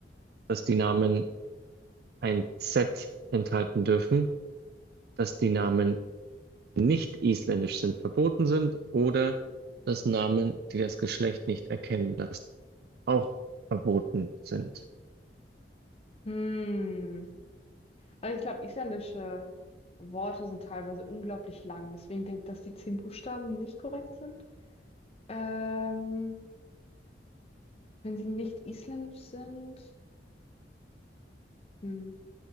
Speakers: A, on the right (about 60°); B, on the left (about 35°).
A: dass die Namen ein Z enthalten dürfen, dass die Namen nicht isländisch sind, verboten sind oder dass Namen, die das Geschlecht nicht erkennen lassen, auch verboten sind.
B: Hm. Also ich glaube, isländische Worte sind teilweise unglaublich lang. Deswegen denke ich, dass die zehn Buchstaben nicht korrekt sind. Ähm, wenn sie nicht isländisch sind. Hm.